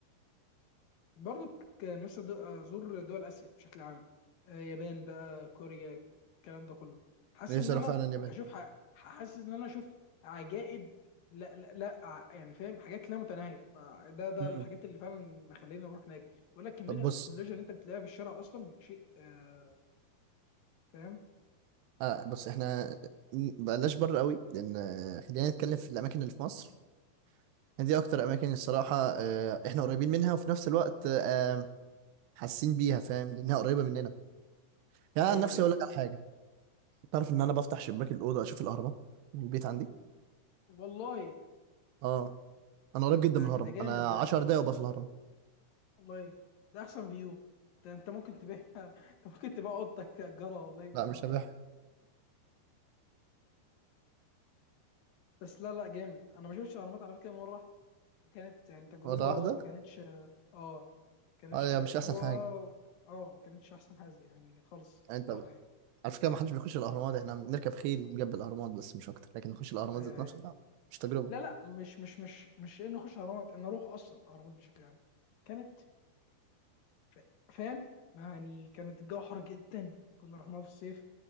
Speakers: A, on the left; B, on the right.
A: برضو كان نفسي أدو- آه، ازور دول اسيا بشكل عام آه، يابان بقى كوريا الكلام ده كله حاسس
B: نفسي
A: ان انا
B: اروح فعلا اليابان
A: هشوف ح- حاسس ان انا اشوف عجائب لا لا لا ع- يعني فاهم حاجات لا متناهيه فده ده
B: امم
A: الحاجات اللي فعلا مخليني اروح هناك بقول لك كميه
B: طب بص
A: التكنولوجيا اللي انت بتلاقيها في الشارع اصلا شيء آه، فاهم
B: آه بص احنا م- بلاش بره قوي لان آه، خلينا نتكلم في الاماكن اللي في مصر دي اكتر اماكن الصراحه آه، احنا قريبين منها وفي نفس الوقت آه، حاسين بيها فاهم لانها قريبه مننا يعني
A: ايوه
B: عن نفسي
A: ايوه
B: اقول لك على حاجه تعرف ان انا بفتح شباك الاوضه اشوف الاهرامات من البيت عندي
A: والله
B: اه انا قريب جدا
A: ده
B: من الهرم
A: ده جامد
B: انا
A: ده
B: 10 دقايق وابقى في الهرم
A: والله ده احسن فيو ده انت ممكن تبيع <laughs> انت ممكن تبيع اوضتك تأجرها والله بالحوار
B: لا مش
A: ده
B: هبح
A: بس لا لا جامد انا ما شفتش اهرامات على فكره مره واحده وكانت يعني تجربه
B: ولا واحده
A: ما كانتش اه ما كانتش
B: هي مش
A: حلوه
B: احسن حاجه
A: اه ما كانتش احسن حاجه يعني خالص
B: يعني
A: بصراحه
B: انت
A: يعني
B: على فكره ما حدش بيخش الاهرامات احنا بنركب خيل جنب الاهرامات بس مش اكتر لكن نخش الاهرامات
A: ايوه
B: ذات نفسه
A: ايوه
B: لا مش تجربه
A: لا لا مش مش مش مش انه اخش اهرامات ان اروح اصلا اهرامات بشكل عام كانت ف- فاهم يعني كانت الجو حر جدا كنا رحناها في الصيف